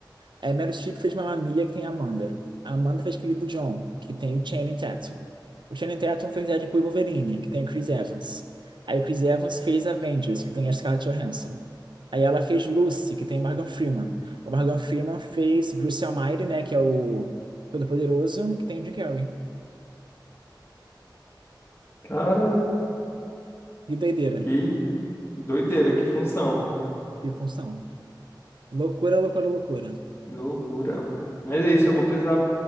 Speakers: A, on the right; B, on the left.
A: Aí Meryl Streep fez Mamma Mia, que tem a Amanda. A Amanda fez Querido John, que tem o Channing Tatum. O Channing Tatum fez Deadpool e Wolverine, que tem o Chris Evans. Aí o Chris Evans fez Avengers, que tem a Scarlett Johansson. Aí ela fez Lucy, que tem Morgan Freeman. O Morgan Freeman fez Bruce Almighty, né, que é o Todo-Poderoso, que tem o Jim Carrey.
B: Cara,
A: E doideira,
B: que doideira, que função.
A: e função. Loucura, loucura, loucura.
B: Loucura. Mas é isso, eu vou precisar